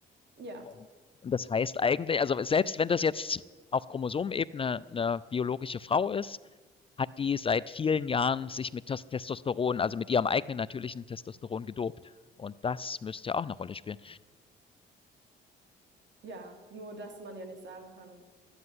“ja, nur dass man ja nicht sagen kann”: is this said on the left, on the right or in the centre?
Right